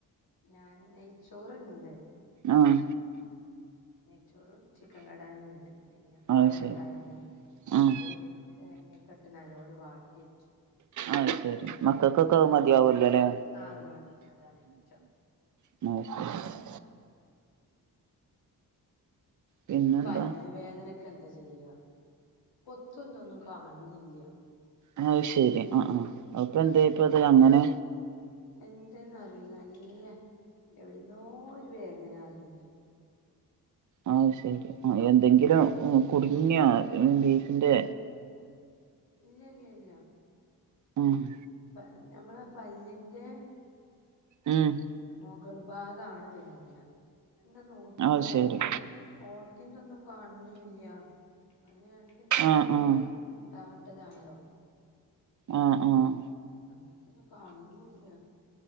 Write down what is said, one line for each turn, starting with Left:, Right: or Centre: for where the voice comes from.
Left: ഞാൻ നെയ്ച്ചോറ്ണ്ട്
Right: ആഹ്
Left: നെയ്ച്ചോറും ചിക്കൻ കടായുണ്ട് പിന്നെ പഴണ്ടായിരുന്നു
Right: അത് ശരി ആഹ്
Left: അത് തേങ്ങക്കെട്ട് നല്ലോട് വാറ്റി വെച്ചു
Right: ആഹ് ശരി മക്കൾക്കൊക്കെ മതിയാവലോല്ലേ
Left: ആഹ് അത് മതി അതാണ് ഇഷ്ടം
Right: <unintelligible> പിന്നെന്താ
Left: പല് വേദനക്കെ എന്താ ചെയ്യാ പൊത്തും തൊന്നും കാണുന്നില്ല
Right: അഹ് ശരി ആഹ് ആഹ് അഹ്പ്പന്തേ പ്പത് അങ്ങനെ
Left: എന്തെന്ന അറി നല്ല എവിടന്നോ ഒരു വേദന അറിഞ്ഞില്ലേ
Right: ആഹ് ശരി ആ എന്തെങ്കിലും കുടുങ്ങിയോ ബീഫിന്റെ
Left: ഇല്ല ഇല്ല ഇല്ല
Right: ആഹ്
Left: പ ഞമ്മള പല്ലിന്റെ
Right: ഉം
Left: മൊഗൾ ഭാഗാണ് വേദനന്നെ നോക്കിട്ട്
Right: അത് ശരി
Left: ഓർ ഓട്ടിന്തൊന്നും കാണുന്നുല്ല അങ്ങനെയാണെങ്കിൽ എന്തെങ്കി
Right: ആഹ്
Left: ഒരു
Right: ആഹ്
Left: ത് ണ്ടാവേണ്ടതാണല്ലോ
Right: ആഹ് ആഹ്
Left: അങ്ങൻത്തെന്നും കാണുന്നുല്ല